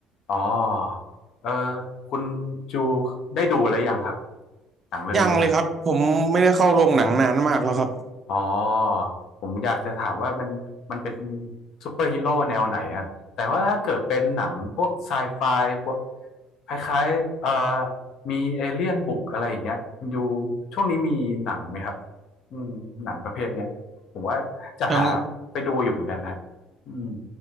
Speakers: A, on the left; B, on the right.
A: อ๋อเออคุณจูได้ดูแล้วยังครับหนังเรื่องนี้ครับ
B: ยังเลยครับผมไม่ได้เข้าโรงหนังนานมากแล้วครับ
A: อ๋อผมอยากจะถามว่ามันมันเป็นซูเปอร์ฮีโร่แนวไหนครับแต่ว่าถ้าเกิดเป็นหนังพวกไซไฟพวกคล้ายๆเอ่อมีเอเลี่ยนบุกอะไรอย่างเงี้ยอยู่ช่วงนี้มีหนังไหมครับอืมหนังประเภทเนี้ยผมว่าจะหาไปดูอยู่เหมือนกันนะ
B: อย่าง
A: อืม